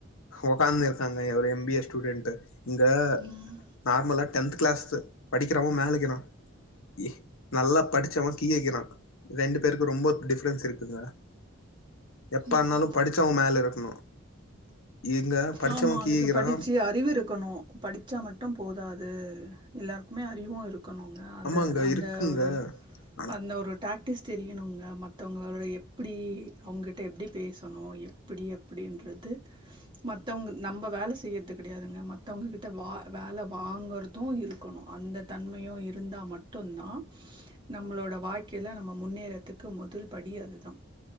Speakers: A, on the left; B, on the right.
A: ஒக்கான்னு இருக்காங்க ஒரு எம் பி ஏ ஸ்டூடெண்ட்டு இங்க
B: ம்
A: நார்மலா டென்த்து கிளாஸ் படிகிறவ மேலகீறா இ நல்லா ப கீயேகிறா ரெண்டு பேருக்கு ரொம்ப டிஃப்ரென்ஸ் இருக்குங்க எப்பானாலு
B: ம்
A: படிச்சவ மேல இருக்ணு இங்க படிச்சவ
B: ஆமா அதுக்கு
A: கீயகிறா
B: படிச்சு அறிவு இருக்கணு படிச்சா மட்டும் போதாது எல்லாருக்குமே அறிவு இருக் கனுங்க அத
A: ஆமாங்க
B: அந்தவுட
A: இருக்குங்க ஆனா
B: அந்த ஒரு டாக் டிஸ் தெரியணுங்க மத்தவுங்களோட எப்புடி அவுங்க ட்ட எப்டி பேசணு எப்புடி எப்புடின்றது மத்தவுங்கள் நம்ப வேல செய்றது கிடையாதுங்க மத்தவுங்ககிட்ட வா வேல வாங்கற து இருக்கணு அந்த தன்மையு இருந்தா மட்டுந்தா நம்மளோட வாழ்க்கைல நம்ம முன்னேறத்துக்கு மொதுல் படி அதுதா